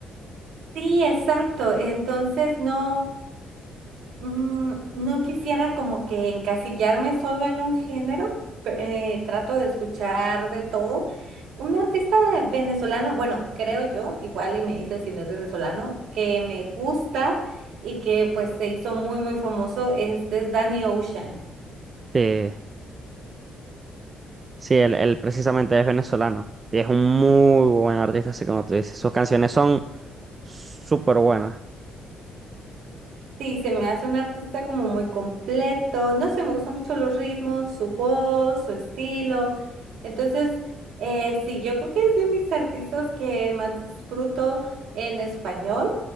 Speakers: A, on the right (about 75°); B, on the right (about 30°).
A: Sí, exacto. Entonces no, Mm, no quisiera como que encasillarme solo en un género, pe- eh, trato de escuchar de todo. Un artista venezolano, bueno, creo yo, igual y me dice si no es venezolano, que me gusta y que pues se hizo muy muy famoso, este es Danny Ocean.
B: Sí, sí, él, él precisamente es venezolano y es un muy buen artista, así como tú dices. Sus canciones son súper buenas.
A: Sí, se me hace un artista como muy completo. No sé, me gustan mucho los ritmos, su voz, su estilo. Entonces, eh, sí, yo creo que es de mis artistas que más disfruto en español.